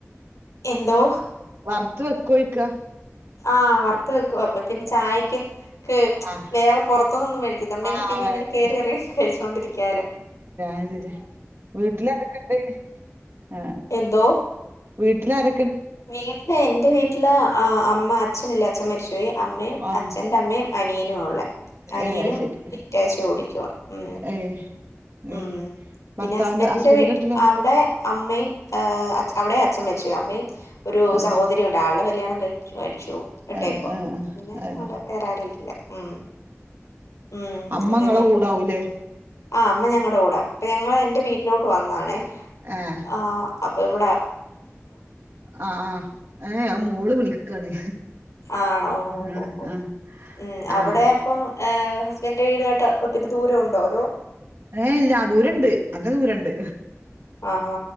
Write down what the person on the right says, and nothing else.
ത്ത് വെക്കോയിക്ക
ആഹ്
ആഹ്
വയലറ്റുണ്ട്
ര വീട്ട്ലാരൊക്കെണ്ട് ആ
വീട്ട്ലാര
ആഹ്
ഏഹ് അത് ശരി
ഏഹ്
ഏഹ് ഭർത്താവിന്റെ
ഹസ്ബൻഡിന്റെ
വീട്ടിലോ
ആഹ്
ആഹ് ആഹ്
ആഹ് ഏഹ്
അമ്മങ്ങളെ
കൂടാവുലെ
ഏഹ്
ആ ആ ഏ അ മോള് വിളിക്കാണ്
ആഹ്
ആഹ്
ആഹ്
ഏ ഇല്ല ദൂരണ്ട് നല്ല ദൂരണ്ട്